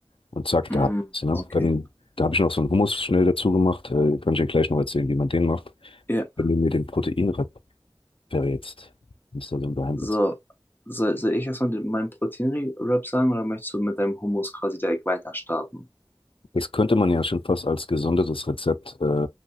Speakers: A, on the left (about 90°); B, on the left (about 25°).
A: und zack,
B: Mm,
A: da hat's, ne?
B: okay.
A: Dann, da habe ich noch so einen Hummus schnell dazu gemacht. Äh, kann ich dir gleich noch erzählen, wie man den macht,
B: Ja,
A: wenn du mir den Proteinrep verrätst. Das ist da so ein Geheimrezept.
B: so. Soll, soll ich erstmal den, meinen Proteinrap sagen oder möchtest du mit deinem Hummus quasi direkt weiter starten?
A: Das könnte man ja schon fast als gesondertes Rezept äh,